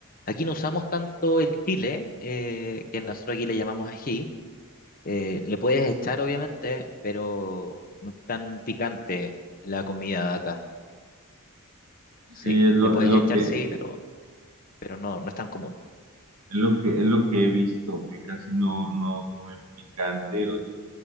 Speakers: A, on the left; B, on the right.
A: Aquí no usamos tanto el chile, eh, que nosotros aquí le llamamos ají. Eh, le puedes echar, obviamente, pero no es tan picante la comida de acá. Sí,
B: Sí, es lo,
A: le puedes
B: es lo
A: echar,
B: que,
A: sí, pero, pero no, no es tan común.
B: es lo que, es lo que he visto, que casi no, no comen picante, o sea,